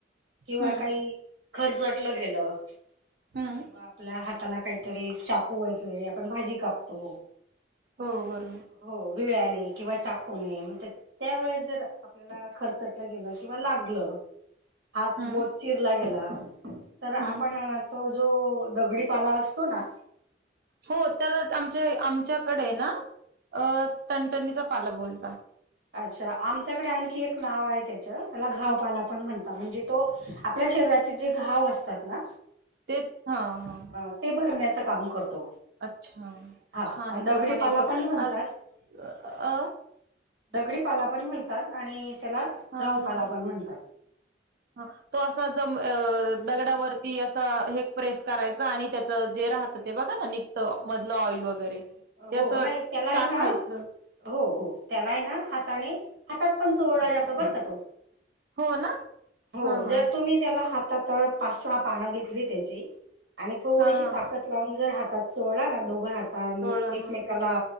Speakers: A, on the right; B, on the right.
A: किंवा
B: हम्म
A: काही खर्चटलं गेलं किंवा
B: हम्म
A: आपल्या हाताला काहीतरी चाकू वगैरे आपण भाजी कापतो.
B: हो बरोबर
A: हो वेळने किंवा चाकून म्हण त्या वेळेस जर आपल्याला खर्चटलं गेलं किंवा लागलं. हात,
B: हम्म
A: बोट चिरला गेला तर आपण
B: हम्म
A: तो दगडीपाला असतोना
B: हो तर आमच्या आमच्याकडे ना अ टनटणीचा पाला बोल
A: अच्छा आमच्याकडे आणखी एक नाव आहेत. त्या त्याला घावपाला पण म्हण म्हणजे तो आपल्या शरीराचे जे घाव असतात ना
B: ते हा हा
A: ह ते भरण्याच काम करतो
B: अच्छा
A: हा
B: छान आहे
A: दगडी
B: तो पण
A: पाला
B: एक
A: म्हणतात
B: आज अ
A: दगडीपाला पण म्हणतात आणि त्याला
B: हा
A: घावपाला
B: हा
A: पण म्हणतात
B: ह तो असा दगडावरती असं हे प्रेस करायचं आणि त्याचं जे राहतं ते बघा ना नि घत मधलं ऑइल वगैरे ते
A: हो नाही त्याला आहे
B: टाकायच
A: ना हो हो त्याला आहे ना हाताने हातात पण चोळला जातो बर का तो
B: हो ना
A: हो
B: हा हा
A: जर तुम्ही त्याला हात आ पाच स पानं घेतली त्याची आणि थोडीशी
B: हा हा
A: ताकद लावून जर हातात चोडला ना दोघं हात
B: सोळा
A: एकमेकाला
B: हा